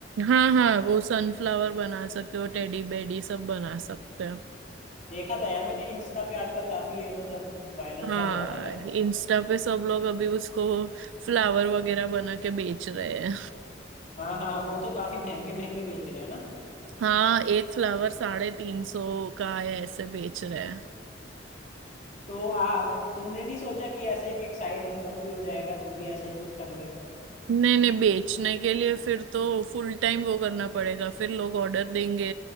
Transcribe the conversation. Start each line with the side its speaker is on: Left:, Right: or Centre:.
Right: हाँ हाँ वो सनफ्लावर बना सकते हो टेडी बेडी सब बना सकते हो
Left: देखा था यार मैंने इंस्टा पे आजकल काफी ये मतलब वायरल
Right: हाँ
Left: सा हो रहा है ना
Right: इंस्टा पे सब लोग अभी उसको फ्लावर वगैरह बना के बेच रहे
Left: हाँ हाँ वो तो काफी महंगे महंगे बेच रहे हैं ना
Right: हाँ एक फ्लावर साढ़े तीन सौ का है ऐसे बेच रहे हैं
Left: तो आ तूने नहीं सोचा कि ऐसे एक साइड इनकम भी हो जाएगा तू भी ऐसा ही कुछ कर ले
Right: नहीं नहीं बेचने के लिए फिर तो फुल टाइम वो करना पड़ेगा फिर लोग ऑर्डर देंगे